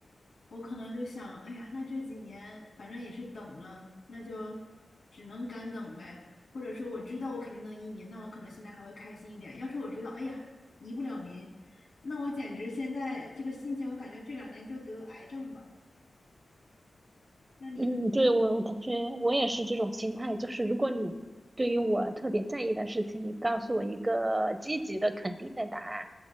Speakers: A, on the left; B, on the right.
A: 我可能就想，哎呀，那这几年反正也是等了，那就只能干等呗。或者说我知道我肯定能移民，那我可能现在还会开心一点。要是我知道，哎呀，移不了民，那我简直现在这个心情，我感觉这两年就得癌症吧。那你呢？
B: 嗯，对，我我感觉我也是这种心态，就是如果你对于我特别在意的事情，你告诉我一个积极的、肯定的答案，